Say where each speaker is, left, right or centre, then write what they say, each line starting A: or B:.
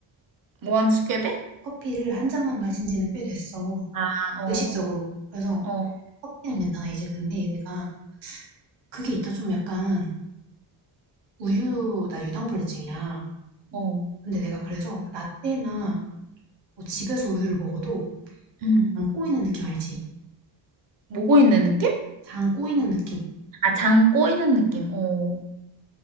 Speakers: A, on the right (about 45°); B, on the right (about 60°).
A: 뭐안 쓰게 돼?
B: 커피를 한 잔만 마신 지는 꽤 됐어.
A: 아, 어,
B: 의식적으로. 그래서
A: 어,
B: 커피는 괜찮아, 이제. 근데 내가 그게 있다 좀 약간 우유, 나 유당불내증이야.
A: 어.
B: 근데 내가 그래서 라떼나 뭐 집에서 우유를 먹어도
A: 응.
B: 장 꼬이는 느낌 알지?
A: 모고 있는 느낌?
B: 장 꼬이는 느낌.
A: 아, 장 꼬이는 느낌. 어.